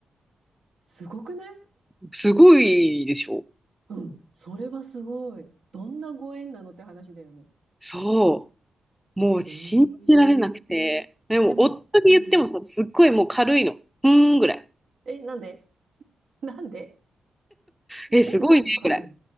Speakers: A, on the right (about 75°); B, in the centre.
A: すごくない
B: う。すごいでしょ。
A: うん、それはすごい。どんなご縁なのって話だよね。
B: そう。もう信じられなくて。
A: ええ
B: でも、
A: じゃあもう、
B: 夫に言ってもさ、
A: うん。
B: すっごいもう軽いの。ふーんぐらい。
A: え、なんでなんで
B: え、
A: なんでそこ軽いの
B: すごいね、ぐらい。